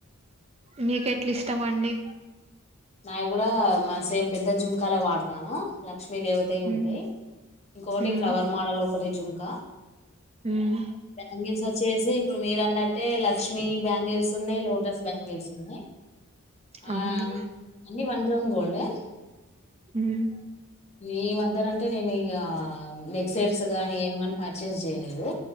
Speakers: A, on the right; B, on the left.
A: మీకెట్ల ఇష్టమండి.
B: నావి కూడా మన సేమ్ పెద్ద జుంకాలే వాడతాను. లేక్ లక్ష్మీ దేవతయి ఉంటాయ్.
A: ఉమ్
B: ఇంకొకటి
A: ఉమ్
B: ఫ్లవర్ మాడల్ ఒకటి జుంక
A: ఉమ్
B: బ్యాంగిల్స్ వచ్చేసి ఇప్పుడు మీరు అన్నట్టే లక్ష్మీ బ్యాంగిల్స్ ఉన్నయ్ లోటస్ బ్యాంగిల్స్ ఉన్నయ్.
A: అవును
B: ఆ అన్నీ వన్ గ్రామ్ గోల్డె
A: ఉమ్
B: ఈ మధ్యలో అంటే నేను ఇగ నెక్సెట్స్ గానీ ఏమి గాని పర్చేస్ చేయలేదు